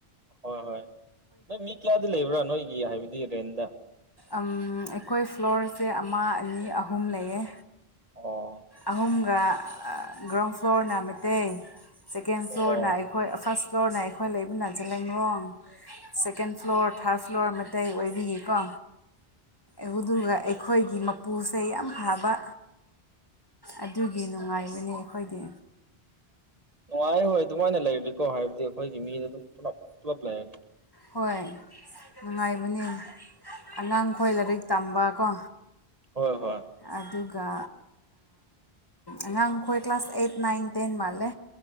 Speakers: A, on the right (about 35°); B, on the left (about 20°).
A: ꯍꯣꯏ ꯍꯣꯏ ꯅꯣꯏ ꯃꯤ ꯀꯌꯥꯗꯤ ꯂꯩꯕ꯭ꯔꯥ ꯅꯣꯏꯒꯤ ꯍꯥꯏꯕꯗꯤ ꯔꯦꯟꯗ
B: ꯑꯩꯈꯣꯏ ꯐ꯭ꯂꯣꯔꯁꯦ ꯑꯃ ꯑꯅꯤ ꯑꯍꯨꯝ ꯂꯩꯌꯦ
A: ꯑꯣ
B: ꯑꯍꯨꯝꯒ ꯒ꯭ꯔꯥꯎꯟ ꯐ꯭ꯂꯣꯔꯅ ꯃꯩꯇꯩ ꯁꯦꯀꯦꯟ
A: ꯑꯣ
B: ꯐ꯭ꯂꯣꯔꯅ ꯑꯩꯈꯣꯏ ꯐꯥꯔꯁ ꯐ꯭ꯂꯣꯔꯅ ꯑꯩꯈꯣꯏ ꯂꯩꯕ ꯅꯥꯖ ꯂꯩꯔꯣꯡ ꯁꯦꯀꯦꯟ ꯐ꯭ꯂꯣꯔ ꯊꯥꯔꯠ ꯐ꯭ꯂꯣꯔ ꯃꯇꯩ ꯑꯣꯏꯕꯤꯌꯦꯀꯣ ꯑꯗꯨꯒ ꯑꯩꯈꯣꯏꯒꯤ ꯃꯄꯨꯁꯦ ꯌꯥꯝ ꯐꯕ ꯑꯗꯨꯒꯤ ꯅꯨꯡꯉꯥꯏꯕꯅꯤ ꯑꯩꯈꯣꯏꯗꯤ
A: ꯅꯨꯡꯉꯥꯏꯍꯣꯏ ꯑꯗꯨꯃꯥꯏꯅ ꯂꯩꯔꯗꯤꯀꯣ ꯍꯥꯏꯕꯗꯤ ꯑꯩꯈꯣꯏꯒꯤ ꯃꯤꯗ ꯑꯗꯨꯝ ꯄꯨꯂꯞ ꯄꯨꯂꯞ ꯂꯩꯔꯅꯤ
B: ꯍꯣꯏ ꯅꯨꯡꯉꯥꯏꯕꯅꯤ ꯑꯉꯥꯡꯈꯣꯏ ꯂꯥꯏꯔꯤꯛ ꯇꯝꯕ ꯀꯣ
A: ꯍꯣꯏ ꯍꯣꯏ
B: ꯑꯗꯨꯒ ꯑꯉꯥꯡꯈꯣꯏ ꯀ꯭ꯂꯥꯁ ꯑꯩꯠ ꯅꯥꯏꯟ ꯇꯦꯟ ꯃꯥꯜꯂꯦ